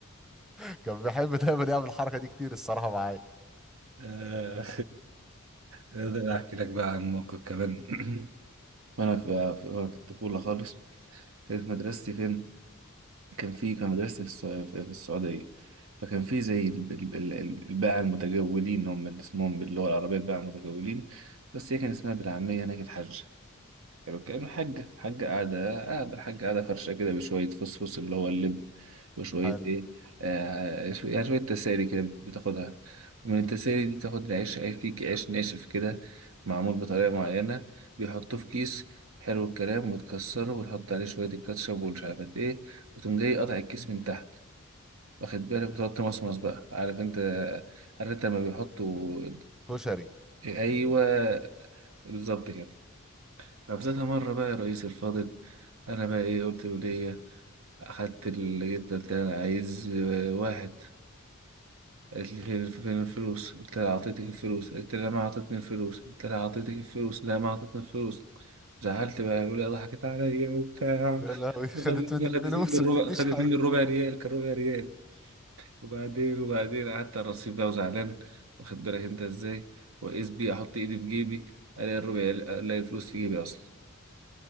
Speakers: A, in the centre; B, on the right (about 75°).
A: <laughs> كان بيحب دايما يعمل الحركة دي كتير الصراحة معايا
B: آه، اقدر احكي لك بقى عن موقف كمان <clears throat> وانا في في- وأنا في الطفوله خالص كانت مدرستي فين كان في كان مدرستي في السع- في السعوديه فكان في زي ال- ال- ال- ال- الباعة المتجولين هم اللي اسمهم باللغه العربيه الباعة المتجولين بس هي كان اسمها بالعاميه هناك الحاجه حلو الكلام الحاجة الحاجة قاعدة قاعدة الحاجة قاعدة فرشة كده بشوية فصفص اللي هو اللب وشوية
A: حلو
B: إيه آه شو- يعني شوية تسالي كده بتاخدها ومن التسالي
A: مم.
B: دي بتاخد العيش عيش فيه عيش ناشف كده معمول بطريقة معينة بيحطوه في كيس حلو الكلام وتكسره وتحط عليه شوية الكاتشب ومش عارف قد إيه وتقوم جاي قاطع الكيس من تحت واخد بالك وتقعد تمصمص بقى عارف أنت عارف أنت لما بيحطوا
A: كشري
B: أيوه بالظبط كده فبذات مرة بقى يا رئيس الفاضل أنا بقى إيه قلت ولية أخدت اللي جيت قلت لها أنا عايز آه، واحد قالت لي فين فين الفلوس قلت لها أعطيتك الفلوس قلت لها ما أعطتني الفلوس قلت لها أعطيتك الفلوس لا ما أعطتني الفلوس زعلت بقى الولية ضحكت عليا وبتاع
A: يا لهوي خدت
B: وخدت-
A: من الفلوس
B: خدت مني الربع
A: ما تديش
B: خدت
A: حاجة
B: مني الربع ريال كان ربع ريال وبعدين وبعدين قعدت على الرصيف بقى وزعلان واخد بالك أنت إزاي وقيس بيه أحط إيدي في جيبي ألاقي الربع ألاقي الفلوس في جيبي أصلا